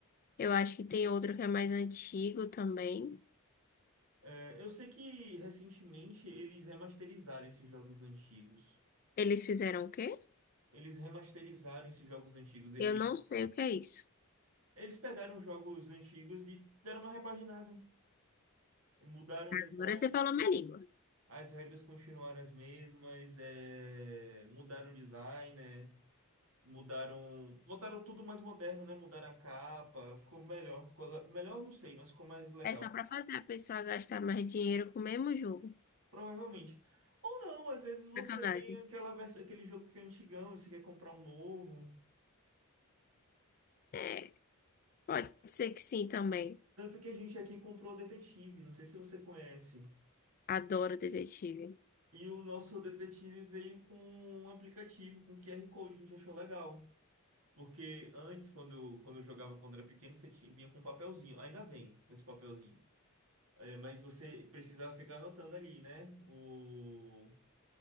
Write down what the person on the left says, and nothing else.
Eu acho que tem outro que é mais antigo também.
Eles fizeram o quê?
Eu não sei o que é isso.
Agora você falou minha língua.
É só pra fazer a pessoa gastar mais dinheiro com o mesmo jogo.
Sacanagem.
É, pode ser que sim também.
Adoro detetive.